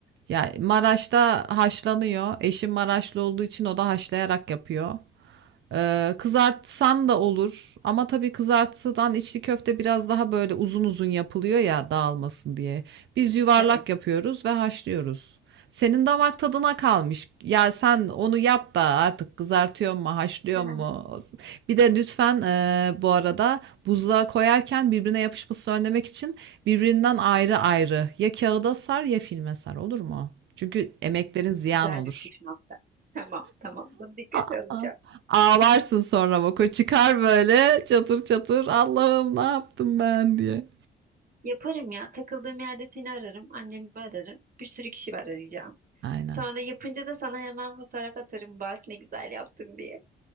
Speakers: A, on the right (about 70°); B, on the right (about 45°).
A: Ya Maraş'ta haşlanıyor. Eşim Maraşlı olduğu için o da haşlayarak yapıyor. Ee, kızartsan da olur ama tabii kızartıdan içli köfte biraz daha böyle uzun uzun yapılıyor ya dağılmasın diye. Biz yuvarlak
B: Evet.
A: yapıyoruz ve haşlıyoruz. Senin damak tadına kalmış. Ya sen onu yap da artık kızartıyor mu, haşlıyor
B: <laughs>
A: mu? Bir de lütfen e, bu arada buzluğa koyarken birbirine yapışmasını önlemek için birbirinden ayrı ayrı ya kağıda sar ya filme sar olur mu? Çünkü emeklerin ziyan
B: Güzel
A: olur.
B: bir püf nokta. Tamam, tamam. Bunu dikkate
A: Aa,
B: alacağım.
A: ağlarsın sonra bak o çıkar böyle çatır çatır Allah'ım ne yaptım ben diye.
B: Yaparım ya. Takıldığım yerde seni ararım. Annemi ararım. Bir sürü kişi var arayacağım.
A: Aynen.
B: Sonra yapınca da sana hemen fotoğraf atarım. Bak ne güzel yaptım diye.